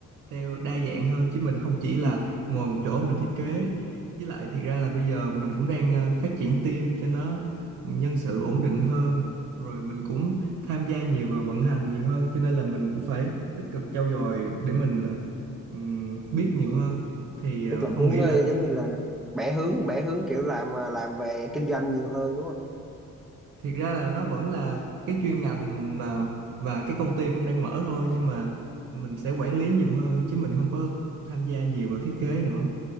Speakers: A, on the right (about 85°); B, in the centre.
A: theo đa dạng hơn chứ mình không chỉ là ngồi một chỗ mình thiết kế với lại thiệt ra là bây giờ mình cũng đang ờ, phát triển team cho nó nhân sự ổn định hơn rồi mình cũng tham gia nhiều vào vận hành nhiều hơn cho nên là mình cũng phải tích cực trau dồi để mình ờ, ừm, biết nhiều hơn thì ờ,
B: tức là muốn
A: Phong nghĩ
B: ờ,
A: là
B: giống như là bẻ hướng bẻ hướng kiểu làm ờ, làm về kinh doanh nhiều hơn đúng không
A: thiệt ra là nó vẫn là cái chuyên ngành mà và cái công ty Phong đang mở thôi nhưng mà mình sẽ quản lý nhiều hơn chứ mình không có tham gia nhiều vào thiết kế nữa